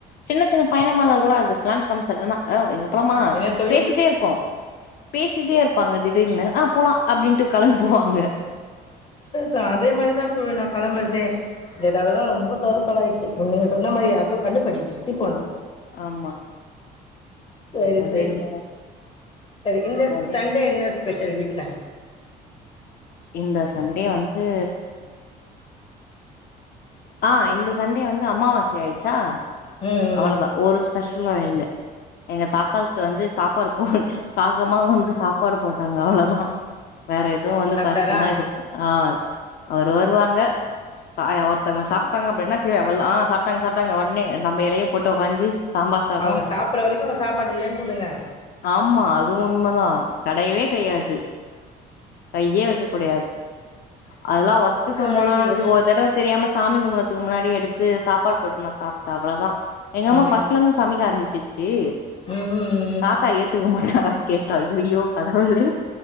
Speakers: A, on the left; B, on the left.
A: சின்ன சின்ன பயணமாருந்தா கூட அது பிளான் பண்ணாம சட்டனா யோவ் பொலமா
B: என்ன தோழி
A: பேசிட்டேருப்போ பேசிட்டேர் பாங்க திடில்னு ஆ போலா அப்டின்ட்டு கெளம்பி போவாங்க
B: தா அதே மாரி தா தோழி நா கெளம்புறதே இந்த தடவ தா ரொம்ப சொதப்பல் ஆய்ச்சி நீங்க சொன்ன மாரி யாருக்கோ கண்ணு பட்டுட்ச் சுத்தி போடணு
A: ஆமா
B: சரி
A: அது
B: சரி
A: என்னமோ
B: சரி இந்த
A: அது
B: சண்டே என்ன ஸ்பெஷல் வீட் ல
A: இந்த சண்டே வந்து ஆஹ் இந்த சண்டே வந்து அமாவாசை ஆச்சா
B: ம்
A: அவ்வளோதா
B: ம்
A: ஒரு ஸ்பெஷலு இல்ல எங்க தாத்தாக்கு வந்து சாப்பாடுப்போடு ஹ கா அப்ரோமா வந்து சாப்பாடு போட்டாங்க அவ்ளோத வேற எதுவு வந்து
B: சாப்ட்டாரா
A: பாத்தீங்ன்னா இது ஆஹ் அவரு வருவாங்க சாய் ஒருத்தவங்க சாப்ட்டாங்க அப்டின்னா கீழ விளல ஆஹ் சாப்டாங்க சாப்டாங்க உடனே நம்ம எளைய போட்டு ஒக்காஞ்சு சாம்பார் சாதோ
B: அவங்க சாப்பிட்ற வரைக்கும் அவங்க சாப்பாடு இல்லைன்னு சொல்லுங்க
A: ஆமா அதுவு உண்மதா கெடையவே கெடையாது கையே வைக்கக்கூடியாது அதுலா வொர்ஸ்ட்
B: அது
A: சம்பளா
B: ஒரு ஐதீகம்
A: நடந்திருக்கு ஒரு தடவ தெரியாம சாமி கும்புடு எல்லாத்துக்கு முன்னாடி எடுத்து சாப்பாடு போட்டு நா சாப்ட்டே அவ்ளவுதான் எங்கம்மா
B: ம்
A: ஃபர்ஸ்ட்ல இருந்து சமைக்க ஆரம்மிச்சு ஏ
B: ம் ம், ம்.
A: தாத்தா ஏத்துக்க மாட்டாரா கேட்டா அய்யயோ கடவுளே